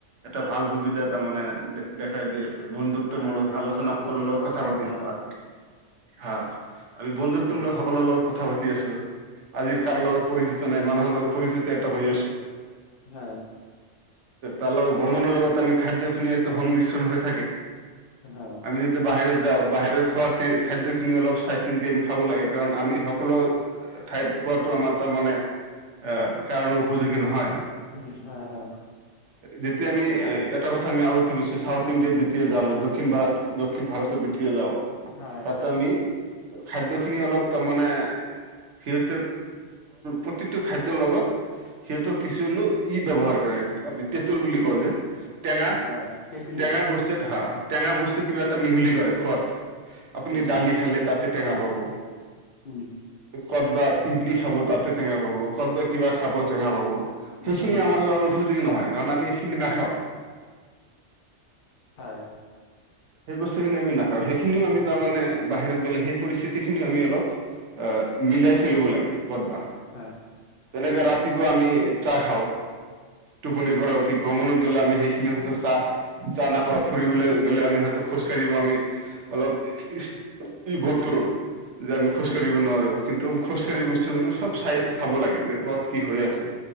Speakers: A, on the right; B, on the left.
A: এটা ভাল সুবিধা তাৰমানে দেখাই দি আছে, বন্ধুত্বমূলক
B: হয়, ভ্ৰমণ,
A: আলোচনা সকলৰ
B: উৎসৱ,
A: লগত কথা
B: খাদ্য,
A: পাতি আছে, হয়। হা, আমি বন্ধুত্বমূলক সকলৰ লগত কথা পাতি আছো। আজি
B: হয়,
A: কাৰো লগত পৰিচিত নাই, মানুহৰ লগত পৰিচিতি ইয়াতে হৈ আছো।
B: হয়।
A: তাৰ লগত ভ্ৰমণৰ লগত আমি খাদ্যখিনি ইয়াতো সংমিশ্ৰণ হৈ থাকে।
B: হা
A: আমি যদি বাহিৰত যাওঁ বাহিৰৰ খোৱা খাদ্যখিনি অলপ চাই চিন্তি আমি খাব লাগে কাৰণ আমি সকলো ঠাইত খোৱাতটো আমাৰ তাৰমানে এ কাৰণ উপযোগী নহয়।
B: উম হয় হয়।
A: যেতিয়া আমি এটা কথা আমি আগত গৈছো চাউথ ইণ্ডিয়াত দ্বিতীয় যাওঁ দক্ষিণ দক্ষিণ ভাৰতৰ দ্বিতীয় যাওঁ।
B: হয়।
A: তাতে আমি খাদ্য খিনি অলপ তাৰমানে। সিহঁতে প্ৰতিটো খাদ্যৰ লগত সেইহেতু কিছুলোক ই ব্যৱহাৰ কৰে, আ তেঁতুল বুলি কওঁ যে, টেঙা।
B: হয় হয়
A: টেঙা বস্তু এটা হা টেঙা বস্তু কিবা এটা মিহলি কৰে খোৱাত আপুনি
B: উম
A: দালি খালে তাতে টেঙা পাব
B: উম
A: কদ বা ইডলি খাব তাতে টেঙা পাব। ক'ত বা কিবা খাব টেঙা পাব, সেইখিনি
B: উম
A: আমাৰ কাৰণে উপযোগী নহয় কাৰণ আমি এইখিনি নাখাওঁ।
B: হয়।
A: সেই বস্তুখিনি আমি নাখাওঁ সেইখিনিও আমি তাৰমানে বাহিৰত গ'লে সেই পৰিস্থিতি খিনি আমি অলপ অ' মিলাই চলিব লাগে কত বা
B: হয়।
A: তেনেকে ৰাতিপুৱা আমি চাহ খাওঁ টোপনিৰ
B: উম
A: পৰা উঠি। ভ্ৰমণত গ'লে আমি সেইখিনিত চাহ চাহ নাপাও ফুৰিবলৈ গ'লে আমি খোজকাঢ়িব আমি অলপ বোধ কৰোঁ। যে আমি খোজকাঢ়িব নোৱাৰো কিন্তু খোজকাঢ়ি বস্তু কিন্তু চব চাই চাব লাগে যে ক'ত কি হৈ আছে।